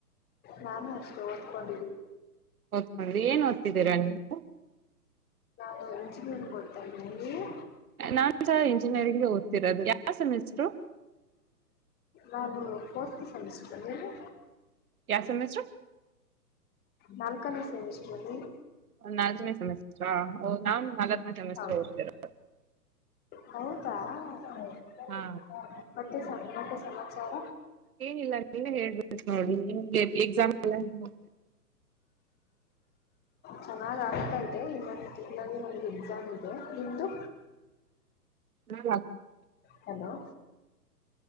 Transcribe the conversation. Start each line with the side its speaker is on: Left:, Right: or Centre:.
Left: ನಾನು ಅಷ್ಟೇ ಓದ್ಕೊಂಡಿದ್ದೀನಿ.
Right: ಓದ್ಕೊಂಡ್ರಿ ಏನ್ ಓದ್ತಿದಿರಾ ನೀವು.
Left: ನಾನು ಇಂಜಿನಿಯರಿಂಗ್ ಓತ್ತಿದಿನಿ ನೀವು
Right: ನಾನು ಸಹ ಇಂಜಿನಿಯರಿಂಗ್ ಓದ್ತಿರೋದು ಯಾವ ಸೆಮಿಸ್ಟ್ರು
Left: ನಾನು ಫೋರ್ತ್ ಸೆಮಿಸ್ಟರ ನೀವು
Right: ಯಾವ ಸೆಮಿಸ್ಟರ.
Left: ನಾಲ್ಕನೆ ಸೆಮಿಸ್ಟರಲ್ಲಿ
Right: ನಾಲ್ಕನೇ ಸೆಮಿಸ್ಟ್ರಾ ಒಹ್ ನಾನು ನಾಲ್ಕನೇ ಸೆಮಿಸ್ಟರ್
Left: ಹೌದು
Right: ಓದ್ತಿರೋದು
Left: ಹೌದಾ <unintelligible>
Right: ಹಾ
Left: ಮತ್ತೆ ಮತ್ತೆ ಸಮಾಚಾರ
Right: ಏನಿಲ್ಲ ನೀನೆ ಹೇಳ್ಬು ನೋಡಿ ಎಕ್ಸಾಮ್ ಎಲ್ಲ ಹೆಂಗೆ
Left: ಚೆನ್ನಾಗ ಆಗ್ತಾ ಇದೆ ಇನ್ನೊಂದು ತಿಂಗಳಲ್ಲಿ ನಂದು ಎಕ್ಸಾಮ್ ಇದೆ ನಿಂದು
Right: ಹ್ಮ
Left: ಹಲೋ